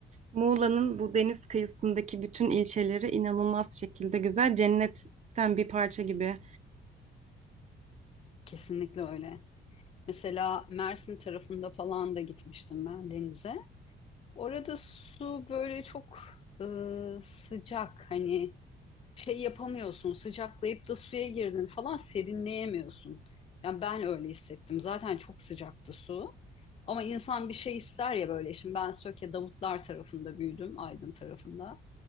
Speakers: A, on the right; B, on the left.
A: Muğla'nın bu deniz kıyısındaki bütün ilçeleri inanılmaz şekilde güzel, cennetten bir parça gibi.
B: Kesinlikle öyle. Mesela Mersin tarafında falan da gitmiştim ben denize. Orada su böyle çok e, sıcak. Hani şey yapamıyorsun. Sıcaklayıp da suya girdin falan serinleyemiyorsun. Yani ben öyle hissettim. Zaten çok sıcaktı su. Ama insan bir şey ister ya böyle. Şimdi ben Söke Davutlar tarafında büyüdüm, Aydın tarafında.